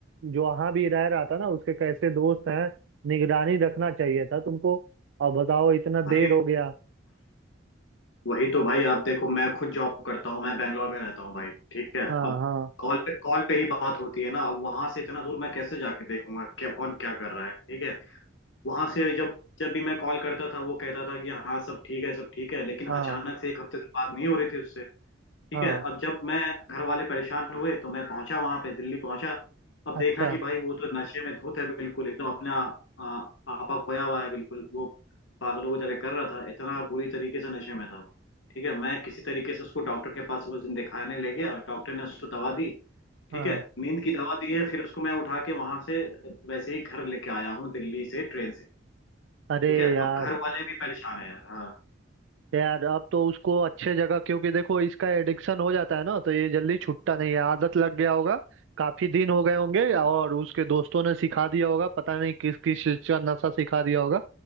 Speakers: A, on the right; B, on the left.
A: जो वहाँ भी रह रहा था ना उसके कैसे दोस्त हैं निगरानी रखना चाहिए था तुमको अब बताओ इतना देर
B: भाई
A: हो गया
B: वही तो भाई आप देखो मैं खुद जॉब करता हूँ मैं बैंगलोर में रहता हूँ भाई ठीक है
A: हाँ
B: अब
A: हाँ
B: कॉल पे कॉल पे ही बात होती है ना अब वहां से इतना दूर मैं कैसे जाके देखूंगा क्या कौन क्या कर रहा है ठीक है वहां से जब जब भी मैं कॉल करता था वो कहता था कि हाँ सब ठीक है सब ठीक है लेकिन
A: हाँ
B: अचानक से एक हफ्ते से बात नहीं हो रही थी उससे
A: हाँ
B: ठीक है अब जब मैं घर वाले परेशान हुए तो मैं पहुंचा वहां पे दिल्ली पहुंचा अब
A: अच्छा
B: देखा कि भाई वो तो नशे में धुत है बिल्कुल एकदम अपना आ, आपा खोया हुआ है बिल्कुल वो पागलों की तरह कर रहा था इतना बुरी तरीके से नशे में था वो ठीक है मैं किसी तरीके से उसको डॉक्टर के पास उस दिन दिखाने ले गया डॉक्टर ने उसको दवा दी ठीक
A: हाँ
B: है नींद की दवा दी है फिर उसको मैं उठा के वहां से वैसे ही घर लेके आया हूँ दिल्ली से ट्रेन से
A: अरे
B: ठीक है
A: यार
B: अब घर वाले भी परेशान है यार हाँ
A: यार अब तो उसको अच्छे जगह क्योंकि देखो इसका एडिक्शन हो जाता है ना तो ये जल्दी छूटता नहीं है आदत लग गया होगा काफी दिन हो गए होंगे
B: हम्म
A: और उसके दोस्तों ने सिखा दिया होगा पता नहीं किस किस चीज का नशा सिखा दिया होगा